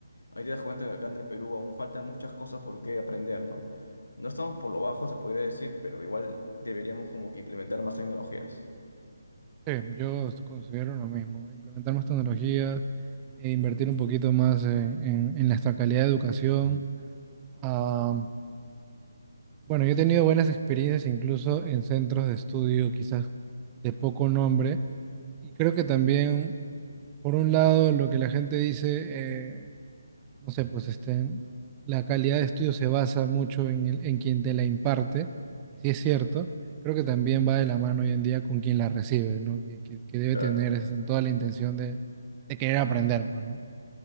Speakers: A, on the left (about 75°); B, on the right (about 20°).
A: Ahí te das cuenta que acá en el Perú aún faltan muchas cosas por qué aprender, ¿no? No estamos por lo bajo, se podría decir, pero igual deberíamos como que implementar más tecnologías.
B: Sí, yo considero lo mismo, implementar más tecnologías e invertir un poquito más en, en- en nuestra calidad de educación. Ah, bueno, yo he tenido buenas experiencias incluso en centros de estudio quizás de poco nombre y creo que también, por un lado, lo que la gente dice... eh, no sé, pues este, la calidad de estudio se basa mucho en, el- en quien te la imparte, y si es cierto, creo que también va de la mano hoy en día con quien la recibe, ¿no? Que, que- que debe
A: La
B: tener
A: verdad,
B: este,
A: sí.
B: toda la intención de, de querer aprender, pues, ¿no?